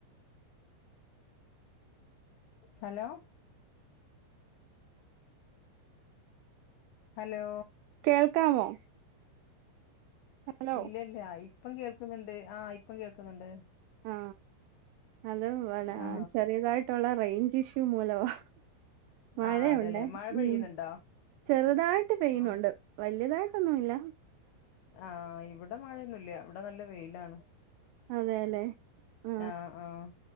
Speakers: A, on the left (about 85°); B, on the right (about 85°).
A: ഹലോ ഹലോ
B: കേൾക്കാമോ? ഹലോ
A: ഇല്ലല്ല ആയി ഇപ്പം കേൾക്ക്ന്ന്ണ്ട് ആ ഇപ്പം കേൾക്ക്ന്ന്ണ്ട്
B: ആ ഹലോ വലാ
A: ആ
B: ചെറിയതായിട്ടാെള്ളെ റെയ്ഞ്ച് ഇഷ്യു മൂലവാ മഴയുണ്ടേ
A: ആ അതേല്ലെ മഴ പെയ്യ്ന്ന്ണ്ടോ
B: ഉം ചെറുതായിട്ട് പെയ്യുന്നുണ്ട്
A: ആ
B: വലിയതായിട്ടൊന്നും ഇല്ല
A: ആ ഇവിടെ മഴയൊന്നും ഇല്ല്യ ഇവിടെ നല്ല വെയിലാണ്
B: അതേല്ലേ ആ
A: ആഹ് ആഹ്